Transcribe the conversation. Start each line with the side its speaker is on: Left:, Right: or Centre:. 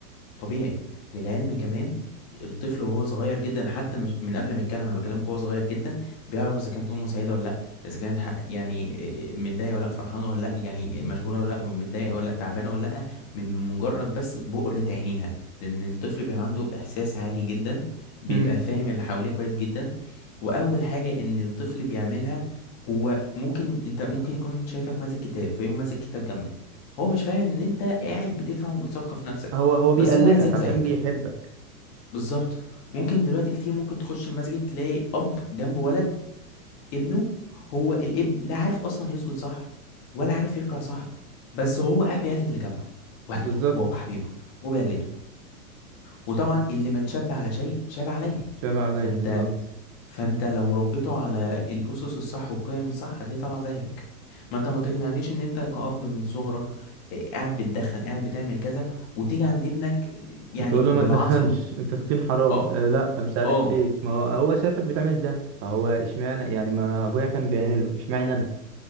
Left: طبيعي للعلم كمان الطفل وهو صغير جدا حتى مش من قبل ما يتكلم انا بكلمك وهو صغير جدا بيعرف اذا كانت امه سعيده ولا لا اذا كانت ح- يعني إيه متضايقه ولا لا فرحانه ولا لا يعني مشغوله ولا لا متضايقه ولا لا تعبانه ولا لا من مجرد بس بؤرة عينيها لان الطفل بيبقى عنده احساس عالي جدا بيبقى
Right: امم
Left: فاهم اللي حواليه كويس جدا واول حاجه ان الطفل بيعملها هو ممكن انت ممكن يكون شايفك ماسك كتاب فيقوم ماسك كتاب جنبك هو مش فاهم ان انت قاعد بتفهم وبتثقف نفسك
Right: هو هو بيقلدك
Left: بس هو عايز يعمل
Right: عشان
Left: زيك
Right: بيحبك
Left: بالظبط ممكن دلوقتي كتير ممكن تخش المسجد تلاقي اب جنبه ولد ابنه هو الابن لا عارف اصلا يسجد صح ولا عارف يركع صح بس هو قاعد بيقلد اللي جنبه والده
Right: بالظبط
Left: بابا حبيبه هو بيقلده وطبعا اللي من شاب على شيء شاب عليه
Right: شبه عليا
Left: فانت
Right: بالظبط
Left: فانت لو ربيته على الاسس الصح والقيم الصح هتلاقيه طالع زيك ما انت ما تقنعنيش ان انت كأب من صغرك آه، قاعد بتدخن قاعد بتعمل كذا وتيجي عند ابنك يعني
Right: انت تقول له
Left: بالعصا
Right: ما تدخنش انت تدخين حرام
Left: اه
Right: آه لا مش عارف
Left: اه
Right: ايه ما هو هو شافك بتعمل ده فهو اشمعنى يعني ما ابويا كان بيعمله اشمعنى انا